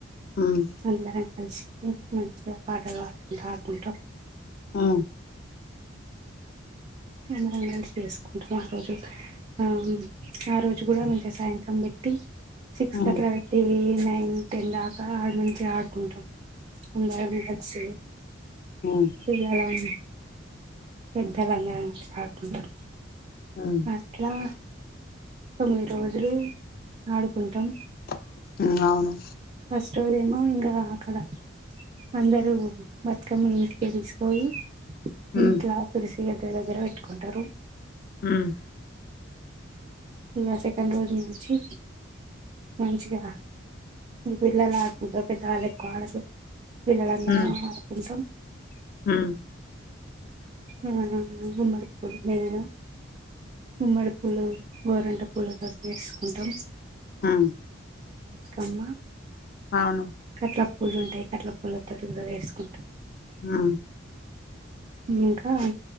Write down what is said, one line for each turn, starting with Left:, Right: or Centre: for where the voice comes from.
Left: ఉమ్
Right: అందరం కలిసి మంచిగా పాటలు పాడుకుంటా ఆడుకుంటాం
Left: ఆ
Right: అందరం కలిసి పేర్సుసుకుంటాం ఆ రోజు ఉమ్ ఆ రోజు కూడా మంచిగా సాయంత్రం పెట్టి సిక్స్
Left: ఉమ్ ఉమ్
Right: కట్ల పెట్టీ న నైన్ టెన్ దాకా ఆడు మంచిగా ఆడుకుంటాం అందరం కలిసి
Left: ఉమ్ ఉమ్
Right: పిల్లలం పెద్దలందరం ఆడుకుంటాం
Left: ఉమ్
Right: అట్లా తొమ్మిది రోజులు ఆడుకుంటాం
Left: ఆ అవును
Right: ఫస్ట్ రోజేమో ఇంగ అక్కడ అందరూ బతుకమ్మ ఇంటికే తీసుకపోయి
Left: ఉమ్
Right: ఇంట్లా తులసి ఇగిద్దరి దగ్గర పెట్టుకుంటరు
Left: హ్మ్
Right: ఇగా సెకండ్ రోజు నుంచి మంచిగా పిల్లలే ఆడుకుంటరూ పెద్దవాళ్ళు ఎక్కువ ఆడరు పిల్లలందరం
Left: ఉమ్ ఉమ్
Right: ఆడుకుంటాం
Left: ఉమ్
Right: ఆ గుమ్మడి పూలు నేను గుమ్మడి పూలు గోరెంట పూల తోట్ చేస్ కుంటాం
Left: ఆ
Right: కమ్మా
Left: ఆను
Right: ట్ల పూలుంటాయి కట్ల పూలతో కూడా పేర్సుకుంటం
Left: ఆ
Right: ఇంకా